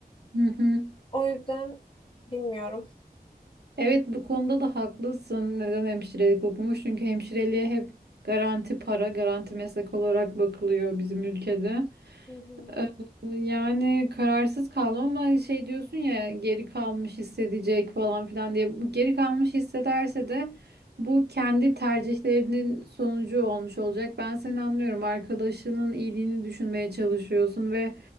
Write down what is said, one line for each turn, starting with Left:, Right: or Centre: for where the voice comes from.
Right: Hı hı.
Left: O yüzden bilmiyorum.
Right: Evet bu konuda da haklısın. Neden hemşirelik okumuş? Çünkü hemşireliğe hep garanti para, garanti meslek olarak bakılıyor bizim ülkede.
Left: Hı
Right: Ee, Yani kararsız kaldım ama şey diyorsun ya geri kalmış hissedecek falan filan diye. Bu Geri kalmış hissederse de bu kendi tercihlerinin sonucu olmuş olacak. Ben seni anlıyorum. Arkadaşının iyiliğini düşünmeye çalışıyorsun ve